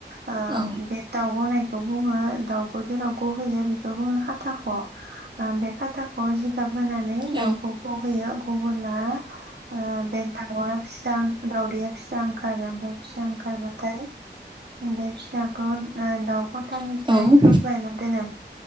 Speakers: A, on the right; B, on the right.
A: ओ
B: औ
A: बे दाउ गनाय, बेखौ बुङो दाउखौ जेराव गहोयो बेखौ बुङो खाथाख' ओ बे खाथा ख' जिगाब बोनानै दाउखौ
B: औ
A: गहोयो, अबोला ओ बे दाउआ फिसा दाउदैया फिसा ओंखारो ओमफ्राय फिसा ओंखारबाथाय बे फिसाखौ दाउ खथानिफ्राय
B: औ
A: बोख्लायना दोनो,